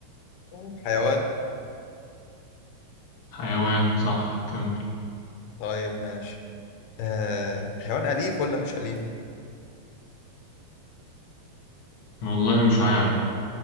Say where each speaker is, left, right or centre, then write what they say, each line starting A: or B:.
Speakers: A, on the left; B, on the left.
A: طيب حيوان
B: حيوان صح كمل
A: طيب ماشي آه حيوان أليف ولا مش أليف؟
B: والله مش عارف